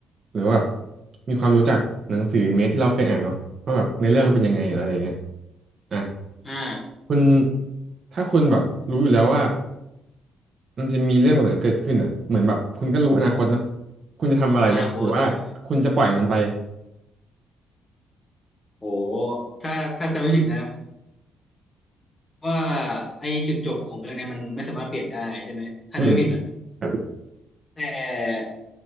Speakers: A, on the right (about 45°); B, on the left (about 25°).
A: หรือว่าแบบมีความรู้จากหนังสือเมสที่เราเคยอ่านเนาะว่าแบบในอเรื่องมันเป็นยังไงอะไรอย่างเงี้ยอ่ะ
B: อ่า
A: คุณถ้าคุณแบบรู้อยู่แล้วว่า มันจะมีเรื่องแบบไหนเกิดขึ้นอ่ะเหมือนแบบคุณก็รู้อนาคตเนาะคุณจะทำอะไรไหมหรือว่าคุณจะปล่อยมันไป
B: รู้อนาคตใช่โหถ้าถ้าจำไม่ผิดนะ ว่าไอ้จุดจบของเรื่องเนี้ยมันไม่สามารถเปลี่ยนได้ใช่ไหมถ้าจะไม่ผิดนะ
A: อืมครับ
B: แต่